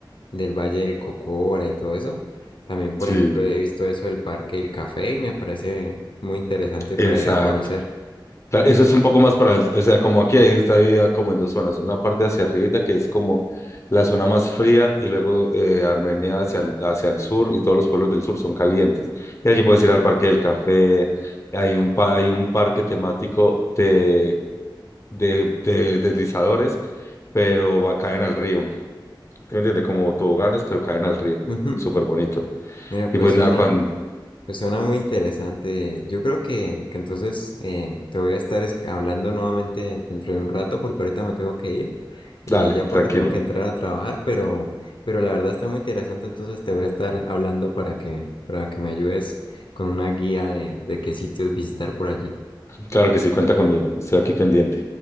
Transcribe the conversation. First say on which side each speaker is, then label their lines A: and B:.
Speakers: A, on the left; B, on the left.
A: del Valle del Cocora y todo eso. También, por
B: Sí,
A: ejemplo, he visto eso del Parque del Café y me parece muy interesante
B: exacto.
A: para ir a conocer.
B: Claro, eso es un poco más para, el- o sea, como aquí ahí está dividida como en dos zonas, una parte hacia arribita que es como la zona más fría y luego eh, Armenia hacia el, hacia el sur y todos los pueblos del sur son calientes. Y allí puedes ir al Parque del Café, hay un, pa- hay un parque temático de, de, de deslizadores, pero va, caen al río, ¿sí ¿me entiendes? Como toboganes, pero caen al río,
A: Ujú.
B: súper bonito.
A: Mira, pues
B: Y pues
A: suena,
B: nada, Juan,
A: pues suena muy interesante. Yo creo que, que entonces eh, te voy a estar es- hablando nuevamente dentro de un rato porque ahorita me tengo que ir,
B: dale,
A: eh, ya porque
B: tranquilo,
A: tengo que entrar a trabajar, pero, pero la verdad está muy interesante, entonces te voy a estar hablando para que, para que me ayudes con una guía de, de qué sitios visitar por allí.
B: claro que sí, cuenta conmigo, estoy aquí pendiente.